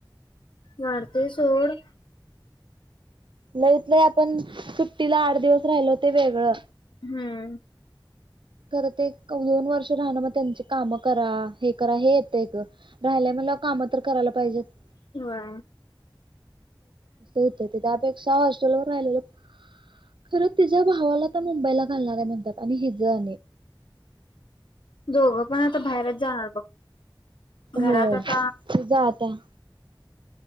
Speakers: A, on the left; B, on the right.
A: वाढते सोड.
B: लईत ल आपण सुट्टीला आठ दिवस राहिलो ते वेगळं.
A: हम्म.
B: खरं ते दोन वर्ष राहण मग त्यांचे काम करा हे.. करा हे येत ग राहि.. काम तर करायला पाहिजेत..
A: हा
B: सूतती ते आपे एक सहज <unintelligible> चलो राहिल्यावर खर तिच्या भावाला मुंबईला घालणार आहे म्हणतात आणि हिजा.
A: दोघं पण आता बाहेरच जाणार बघ. घरात
B: हो
A: आता
B: तुझा आता.